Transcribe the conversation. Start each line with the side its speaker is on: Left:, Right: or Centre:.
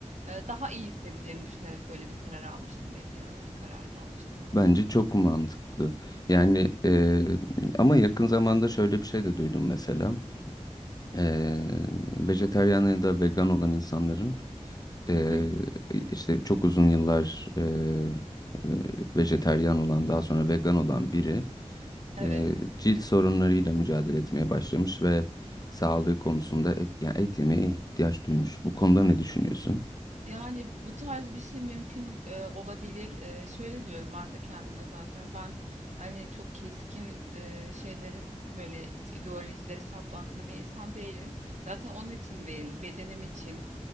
Right: e, daha iyi hissedeceğimi düşünerek böyle bir karar almıştım. Et yememe kararını almıştım mesela.
Left: Bence çok mantıklı. Yani e, ama yakın zamanda şöyle bir şey de duydum mesela. E, vejetaryen ya da vegan olan insanların Ee,
Right: Hı hı.
Left: işte çok uzun yıllar e, e, vejeteryan olan daha sonra vegan olan biri
Right: Evet.
Left: e, cilt sorunlarıyla mücadele etmeye başlamış ve sağlığı konusunda et, yani et yemeye ihtiyaç duymuş. Bu konuda ne düşünüyorsun?
Right: Yani bu tarz bir şey mümkün e, olabilir. E, şöyle diyorum ben de kendime zaten. Ben hani çok keskin e, şeyleri böyle ideolojileri saplantılı bir insan değilim. Zaten onun için değil, bedenim için,